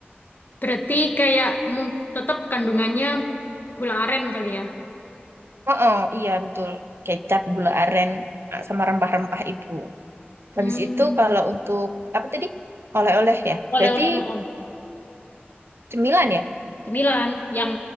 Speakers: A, on the left; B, on the right.
A: Berarti kayak mu- tetap kandungannya gula aren kali ya.
B: Heeh, iya betul. Kecap, gula aren, eh, sama rempah-rempah itu.
A: Hmm,
B: Habis itu kalau untuk apa tadi? Oleh-oleh ya.
A: oleh-oleh
B: Berarti
A: no. oh.
B: cemilan ya?
A: Cemilan yang